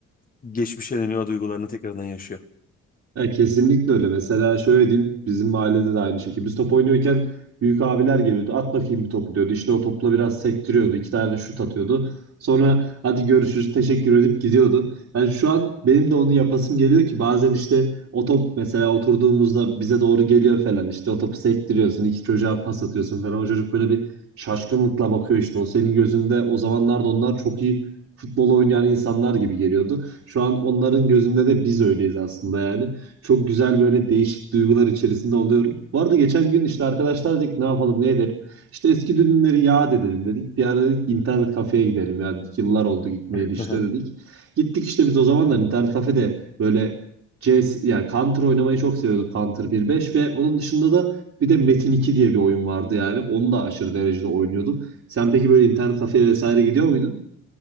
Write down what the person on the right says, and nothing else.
Ya kesinlikle öyle. Mesela şöyle diyeyim bizim mahallede de aynı şekilde. Biz top oynuyorken büyük abiler geliyordu. At bakayım bir topu diyordu. İşte o topla biraz sektiriyordu. iki tane şut atıyordu. Sonra hadi görüşürüz teşekkür edip gidiyordu. Yani şu an benim de onu yapasım geliyor ki bazen işte o top mesela oturduğumuzda bize doğru geliyor falan. İşte o topu sektiriyorsun. iki çocuğa pas atıyorsun falan. O çocuk böyle bir şaşkınlıkla bakıyor işte. O senin gözünde o zamanlarda onlar çok iyi futbol oynayan insanlar gibi geliyordu. Şu an onların gözünde de biz öyleyiz aslında yani. Çok güzel böyle değişik duygular içerisinde oluyorum. Vardı geçen gün işte arkadaşlar dedik ne yapalım ne edelim. İşte eski düğünleri yad edelim dedik. Bir ara dedik internet kafeye gidelim ya dedik. Yıllar oldu gitmeyeli
işte dedik. Gittik işte biz o zamanlar internet kafede böyle CS yani Counter oynamayı çok seviyorduk Counter bir nokta beş ve onun dışında da bir de Metin 2 diye bir oyun vardı yani. Onu da aşırı derecede oynuyorduk. Sen peki böyle internet kafeye vesaire gidiyor muydun?